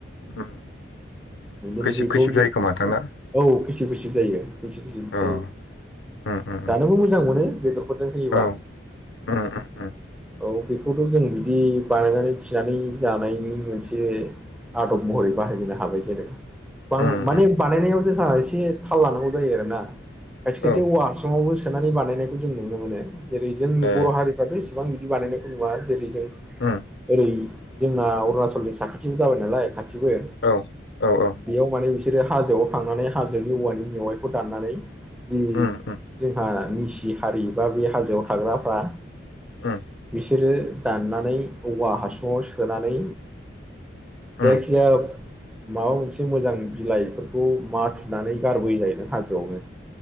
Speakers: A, on the left; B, in the centre.
A: उम
B: बिदिनो
A: खैसिब
B: बेखौ
A: खैसिब जायो खोमा नोंथांना
B: औ खैसिब खैसिब जायो खैसिब खैसिब
A: औ
B: जायो
A: उम उम उम
B: जानोबो मोजां मोनो बेदरफोरजों होयोबा
A: औ उम उम
B: औ बेखौथ' जों बिदि बानायनानै थिनानै जानायनि मोनसे आदब महरै बाहायनो हाबाय जेनेबा
A: उम
B: माने
A: उम
B: बानायनायाव जों एसे थाल लानांगौ जायो आरोना खायसे खायसे
A: औ
B: औवा हासुंआवबो सोनानै बानायनायखौ जों नुनो मोनो जेरै जोंनि
A: ए
B: बर' हारिफ्राथ' इसेबां बिदि बानायनायखौ नुवा जेरै जों
A: उम
B: ओरै जोंना अरुणाचलनि साखाथिबो जाबाय नालाय खाथि मिथिबो
A: औ औ औ
B: बेयाव माने बिसोरो हाजोआव थांनानै हाजोनि औवानि मेवाइखौ दाननानै जि
A: उम उम
B: जोंहानि सि हारि बा बे हाजोआव थाग्राफ्रा
A: उम
B: बिसोरो दाननानै औवा हासुङाव सोनानै जायखि
A: उम
B: जाया माबा मोनसे मोजां बिलाइफोरखौ माथुनानै गारबोयो जाहैदों हाजोआवनो